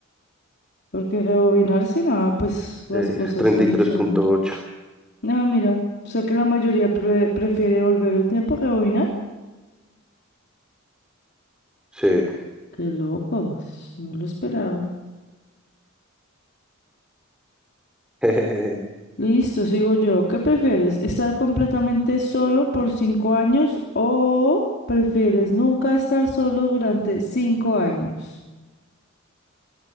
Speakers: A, on the left; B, in the centre.
A: Porque rebobinar si nada, pues las
B: Eh,
A: cosas
B: treinta
A: son
B: y tres
A: y son.
B: punto ocho
A: Ah, mira. O sea que la mayoría pre- prefiere volver el tiempo a rebobinar.
B: Sí.
A: Qué loco. No lo esperaba.
B: <laughs>
A: Listo, sigo yo. ¿Qué prefieres? ¿Estar completamente solo por cinco años o prefieres nunca estar solo durante cinco años?